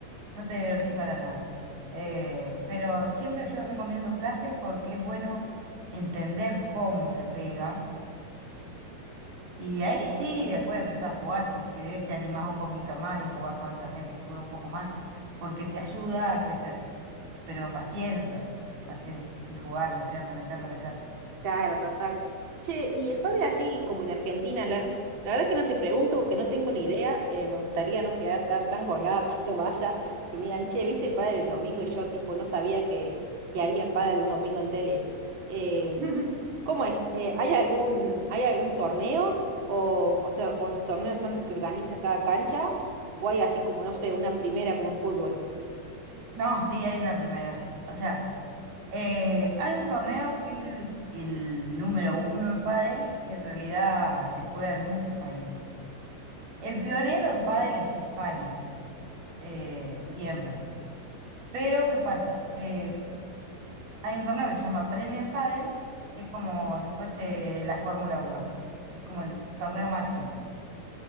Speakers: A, on the right; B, on the right.
A: no te divertís para nada. Eh, pero siempre yo recomiendo clases porque es bueno entender cómo se pega y de ahí sí, después empezás a jugar, si querés te animás un poquito más y jugás con otra gente que juega un poco más, porque te ayuda a crecer. Pero paciencia, paciencia, y jugar, meterle, meterle, meterle.
B: Claro, total. Che, y el padre así como en Argentina, la, la verdad que no te pregunto porque no tengo ni idea, eh, me gustaría no quedar tan, tan colgada <laughs> cuando vaya, que me digan, che, ¿viste el padre el domingo? Y yo tipo no sabía que, que había padre los domingos en tele. Em,
A: <laughs>
B: ¿cómo es? Eh, ¿hay algún, hay algún torneo? O, o sea, o los torneos son los que organiza cada cancha, o hay así como, no sé, una primera como en fútbol.
A: No, sí, hay una primera. O sea, eh, hay un torneo que es el, el número uno en pádel, que en realidad se juega en muchos países. El pionero en pádel es España, eh, siempre. Pero, ¿qué pasa? Eh, Hay un torneo que se llama Premier Padel, que es como si fuese la Fórmula Uno, Es como el torneo máximo.